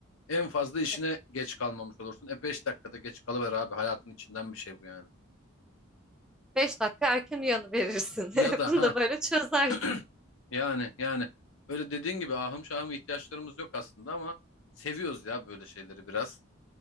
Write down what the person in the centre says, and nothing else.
E,
Beş dakika erken uyanıverirsin.
<laughs>
Bunu
da böyle çözersin.